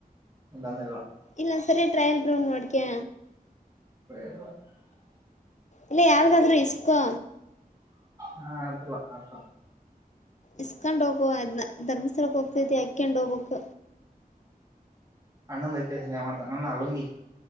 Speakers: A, on the right; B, on the left.
A: ಎಲ್ಲಂದಲ್ಲ
B: ಇಲ್ಲ ಸರಿ ಟ್ರಯಲ್ ರೂಮ್ ನೋಡ್ಕಯ
A: <unintelligible>
B: ಇಲ್ಲ ಯಾವ್ದಾದ್ರು ಇಸ್ಕೋ
A: ಹಾ ಅಲ್ಲ ಅಷ್ಟ
B: ಇಸ್ಕಂಡೋಗು ಅದ್ನ ಧರ್ಮಸ್ಥಳಕ್ಕೆ ಓಗ್ತಾ ಇದೀಯ ಅಕ್ಯಾಂಡು ಒಗ್ಬೊಕ್
A: ಅಣ್ಣಂದಂದುತ ಮಾಡ್ತ ಅಣ್ಣ ಅಲಂಗಿ